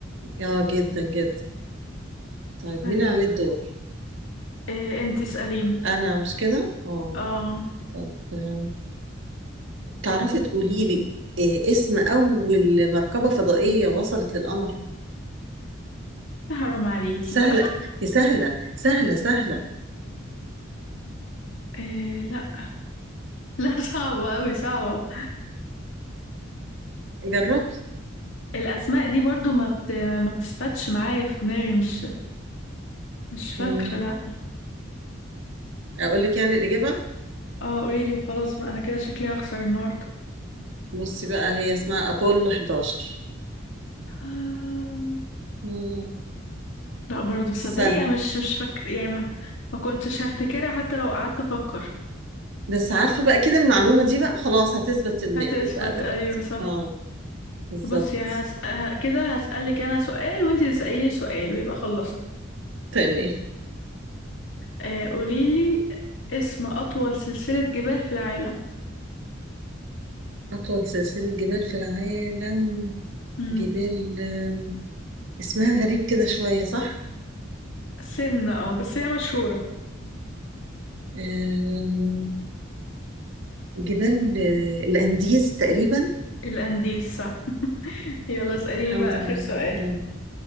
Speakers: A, on the right; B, on the left.
A: اه جدا جدا طيب مين
B: ايوه
A: عليه الدور
B: إيه انت اسأليني
A: انا مش كده اه
B: اه
A: طب آه، تعرفي تقولي لي إيه اسم اول مركبة فضائية وصلت للقمر
B: حرام عليكي
A: سهلة
B: بقى
A: يا سهلة سهلة سهلة
B: إيه لا لا <laughs> صعبة قوي صعبة
A: جربي
B: الأسماء دي برضو ما بت... ما بتثبتش معايا في دماغي مش مش فاكرة
A: مم.
B: لأ
A: اقول لك يعني الاجابة
B: اه قوليلي وخلاص بقى أنا كده شكلي هخسر النهاردة
A: بصي بقى هي اسمها ابولو 11
B: آه،
A: مم.
B: لأ برضه تصدقي
A: سهل
B: مش مش فاكرة يا ما ما كنتش هفتكرها حتى لو قعدت أفكر
A: بس عارفة بقى كده المعلومة دي بقى خلاص هتثبت في دماغك
B: هتثبت
A: بقى دلوقتي
B: أيوة صح
A: اه بالظبط
B: بصي يا هس... ه- كده هسألك أنا سؤال وأنتي تسأليني سؤال ويبقى خلصنا
A: تمام
B: آه قوليلي اسم أطول سلسلة جبال في العالم
A: أطول سلسلة جبال في العالم
B: مم.
A: جبال آم، اسمها غريب كده شوية صح؟
B: سنة اه بس هي مشهورة
A: آم، جبال آه، الأنديز تقريبا
B: الأنديز صح <laughs> يلا اسأليني
A: الحمد
B: بقى آخر
A: لله
B: سؤال
A: تمام